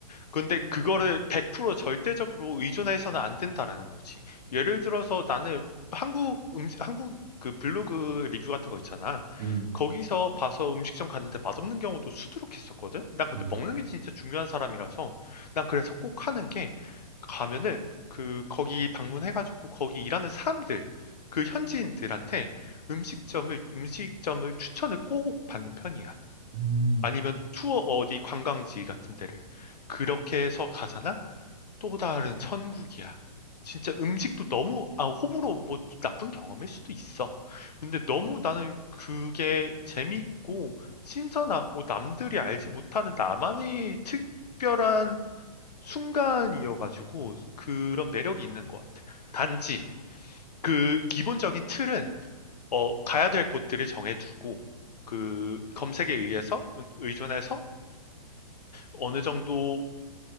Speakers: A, on the left (about 80°); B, on the right (about 20°).
A: 근데 그거를 100% 절대적으로 의존해서는 안 된다라는 거지. 예를 들어서 나는 한국 음식, 한국 그 블로그 리뷰 같은 거 있잖아.
B: 음,
A: 거기서 봐서 음식점 갔는데 맛없는 경우도 수두룩했었거든? 난 근데
B: 음,
A: 먹는 게 진짜 중요한 사람이라서 난 그래서 꼭 하는 게 가면은 그 거기 방문해가지고 거기 일하는 사람들 그 현지인들한테 음식점을 음식점을 추천을 꼭 받는 편이야.
B: 음.
A: 아니면 투어 어디 관광지 같은 데를 그렇게 해서 가잖아? 또 다른 천국이야. 진짜 음식도 너무 아 호불호 뭐 나쁜 경험일 수도 있어. 근데 너무 나는 그게 재밌고 신선하고 남들이 알지 못하는 나만의 특별한 순간이어가지고 그런 매력이 있는 것 같아. 단지 그 기본적인 틀은 어, 가야 될 곳들을 정해두고 그 검색에 의해서 의존해서 어느 정도